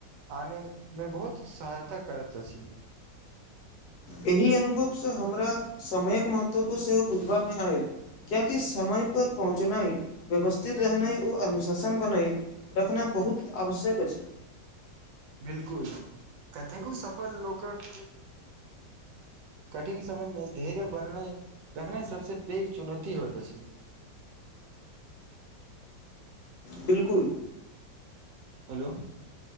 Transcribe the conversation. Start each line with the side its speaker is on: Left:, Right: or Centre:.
Right: आने मे बहुत सहायता करैत अछि
Left: एहि अनुभवसँ हमरा समयक महत्व सेहो बुझबामे आयल कियाकि कि समय पर पहुँचनाइ व्यवस्थित रहनाइ ओऽअनुशसन बनाई रखना बहुत आवश्यक अछि
Right: बिलकुल कतेकू सफल लोकक कठिन समय मे धैर्य बननाइ रहनाइ सबसे पैघ चुनौती होत अछि
Left: बिल्कुल
Right: हेलो